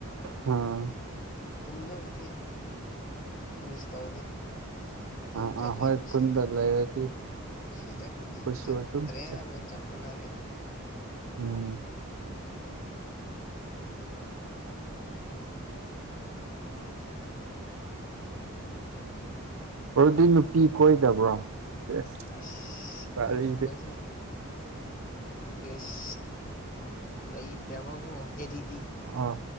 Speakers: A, on the right; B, on the left.
A: ꯑꯝ
B: ꯈꯨꯟꯗꯕꯨꯗꯤ ꯃꯤꯁ ꯇꯧꯗꯦ ꯑꯗꯨꯝ
A: ꯑꯥ
B: ꯆꯠꯂꯦꯕ
A: ꯑꯥ ꯍꯣꯏ
B: ꯑꯁꯤ
A: ꯈꯨꯟꯗ ꯂꯩꯔꯗꯤ
B: ꯁꯤꯗꯕꯨꯗꯤ
A: ꯑꯩꯈꯣꯏꯁꯨ
B: ꯆꯠꯇ꯭ꯔꯦ
A: ꯑꯗꯨꯝ ꯆꯠ
B: ꯍꯥꯏꯕ ꯆꯥꯞ ꯃꯥꯟꯅꯔꯦꯅꯦ
A: ꯎꯝ ꯑꯗꯨꯗꯤ ꯅꯨꯄꯤ ꯀꯣꯏꯗꯕ꯭ꯔꯣ ꯁꯦꯁ
B: ꯢꯁ
A: ꯋꯥꯔꯤꯗꯤ
B: ꯑꯗꯨꯒꯨꯝꯕꯁꯦ ꯗꯔꯦꯁ ꯂꯩꯇꯦꯕꯒꯣ ꯍꯦꯔꯤꯗꯤ
A: ꯑꯣ